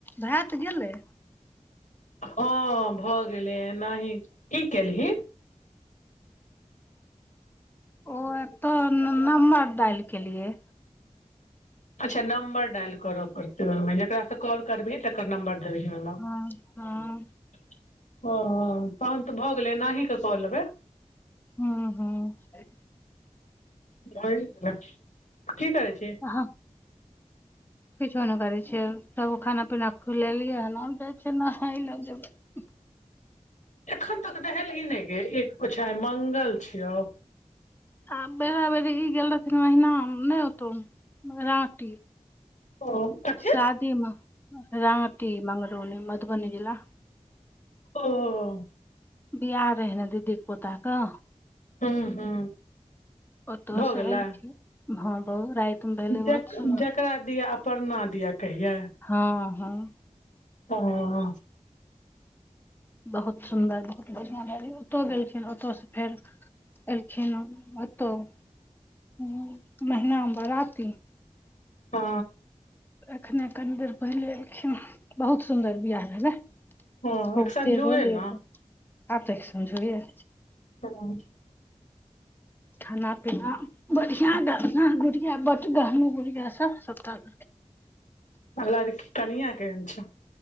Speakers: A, on the left; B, on the left.
A: भात गेलै
B: अँ भ गेलै एनाही की केलही
A: ओ एत नंम्बर डायल केलियए
B: अच्छा नंबर डायल करऽ पड़ते ओहिमे जेकास से कॉल करबिही तकर नंबर वि <inaudible>
A: हँ हँ
B: ओ तहन तऽ भऽ गेलै एनाहि कऽ कह लेबै
A: हँ हँ
B: <unintelligible> की करै छी
A: अहाँ किछो नहि करै छियै तब खाना पीना खुलेलियै हेना जाइ छियै नहाइ ला जेबै ह <inaudible>
B: एखन तक नहेली ही नहि गे एक ओछाइ मंगल छियौ
A: आ बेरा बेरी ई गेल रहथिन महिना नहि ओतौ राँटी
B: ऊँ कथे।
A: शादीमे राटी मंगरौनी मधुबनी जिला।
B: ओ
A: बियाह रहै नऽ दीदीे पोता कऽ
B: आहाँ
A: ओतऽ
B: भ
A: से
B: गेलै
A: एलखिन हँ बहुत राति मे भेलै बहुत
B: जक
A: सुन्दर
B: जकरा दिआ परना दिया कहिया
A: आहाँ
B: अह
A: बहुत सुन्दर बढ़िआँ भेलै ओतह गेलखिन ओतसँ फेर एलखिन ओतहु महनाम बराती
B: अ
A: एखने कनि देर पहिले एलखिन बहुत सुन्दर बियाह भेलै।
B: हँ
A: खूब
B: एक संजुए
A: ते बोलेब
B: ने
A: आब तेक समझबिए
B: ह <unintelligible>
A: खाना-पीना बढ़िया गाना गुड़िया ब गहनो गुड़िया सभ सबटा <unintelligible>
B: आ लड़की कनिया केहन छै